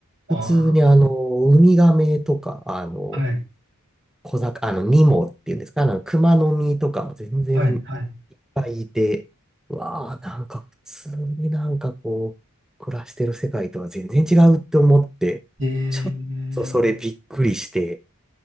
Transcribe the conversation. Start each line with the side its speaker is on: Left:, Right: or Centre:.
Right: あ
Centre: 普通にあの、ウミガメとか、あの、
Right: あ。はい。
Centre: 小魚、あの、ニモっていうんですか、あの、熊の実とかも全然
Right: はい。はい。
Centre: いっぱいいて、うわあ、なんか普通になんかこう、暮らしてる世界とは全然違うって思って、
Right: ええ。
Centre: ちょっとそれびっくりして、